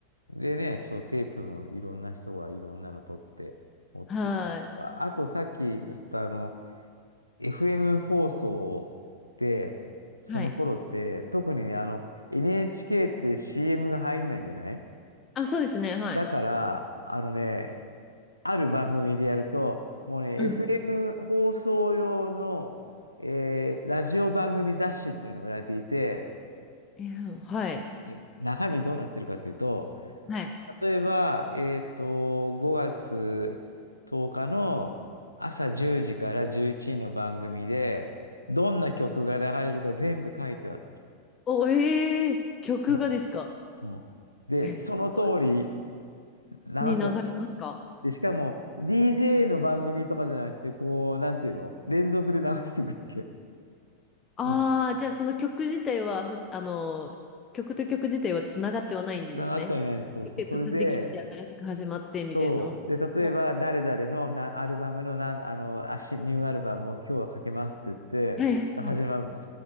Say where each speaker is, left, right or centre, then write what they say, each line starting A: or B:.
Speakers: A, on the left; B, on the left.
A: う。でね、そう、テープもいろんな人がいろんなの撮って持ってきたりとか。
B: はい。
A: あとさっき言ったあの、FM 放送で、その頃って、
B: はい。
A: 特にね、あの、NHK って CM が入んないじゃない
B: あ、そうですね。はい。
A: だから、あのね、ある番組でやると、もうね、
B: うん。
A: FM 放送用の、えーラジオ番組雑誌っていうのが売られていて、
B: いやはい。
A: はい中身どうなってるかっていうと、
B: はい。
A: 例えば、えっと、5月10日の朝10時から11時の番組で、どんな曲が流れるか全部書いてあった。
B: お、えー、曲がですか
A: そうそうで、
B: え、
A: その通り
B: すごい。
A: 流すわけ。
B: に流れますか
A: で、しかも、DJ の番組とかじゃなくて、こう、なんていうの連続で流していくわけ。
B: ああー、
A: うん。
B: じゃあその曲自体はふ、あの、曲と曲自体はつながってはないんですね。
A: なかあったりないんです。そうそう。
B: でプツって切れて新しく始まってみたいな。
A: それで、そう。で、例えば、
B: もう
A: 誰々のなアルバムの、なん、あの、あし、ニューアルバムを今日はかけますって言って、
B: はいはいはい。
A: 始まるんです。